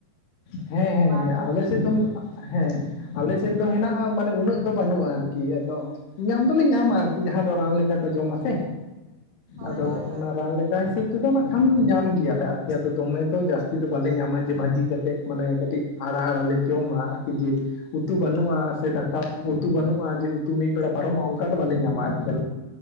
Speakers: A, on the left (about 60°); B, on the right (about 85°).
A: ᱦᱮᱸ ᱦᱮᱸ
B: ᱵᱟᱸᱫᱷ
A: ᱦᱮᱸ
B: ᱠᱚᱨᱮ
A: ᱟᱞᱮ ᱥᱮᱫ ᱫᱚᱢ ᱦᱮᱸ ᱟᱞᱮ ᱥᱮᱫ ᱫᱚ ᱦᱮᱱᱟᱜᱼᱟ ᱢᱟᱱᱮ ᱩᱱᱟᱹᱜ ᱫᱚ ᱵᱟᱹᱱᱩᱜᱼᱟ ᱟᱨᱠᱤ ᱟᱫᱚ ᱧᱟᱢ ᱫᱚᱞᱣ ᱧᱟᱢᱟ ᱟᱨᱠᱤ ᱡᱟᱦᱟᱸ ᱫᱚ ᱨᱟᱱ ᱞᱮᱠᱟ ᱠᱚ ᱡᱚᱢᱟ ᱥᱮ,
B: ᱦᱳᱭ
A: ᱟᱫᱚ
B: ᱦᱳᱭ ᱦᱳᱭ
A: ᱚᱱᱟ ᱨᱟᱱ ᱞᱮᱠ ᱨᱟᱱ ᱦᱤᱥᱟᱹᱵ ᱛᱮᱫᱚ ᱱᱟᱜ ᱠᱷᱟᱱ ᱧᱟᱢ ᱜᱮᱭᱟᱞᱮ ᱟᱨᱠᱤ ᱟᱫᱚ ᱫᱚᱢᱮ ᱛᱚ ᱡᱟᱹᱥᱛᱤ ᱫᱚ ᱵᱟᱞᱮ ᱧᱟᱢᱟ ᱡᱮ ᱵᱷᱟᱹᱡᱤ ᱠᱟᱛᱮᱫ ᱢᱟᱱᱮ ᱠᱟᱹᱴᱤᱡ ᱟᱲᱟᱜ ᱟᱲᱟᱜ ᱞᱮ ᱡᱚᱢᱟ ᱟᱨᱠᱤ ᱡᱮ ᱩᱛᱩ ᱵᱟᱹᱱᱩᱜᱼᱟ ᱥᱮ ᱫᱟᱠᱟ ᱩᱛᱩ ᱵᱟᱹᱱᱩᱜᱼᱟ ᱡᱮ ᱩᱛᱩ ᱢᱤᱫ ᱵᱮᱲᱟ ᱯᱟᱨᱚᱢᱚᱜᱼᱟ ᱚᱱᱠᱟ ᱫᱚ ᱵᱟᱞᱮ ᱧᱟᱢᱟ ᱟᱨᱠᱤ ᱟᱞᱮ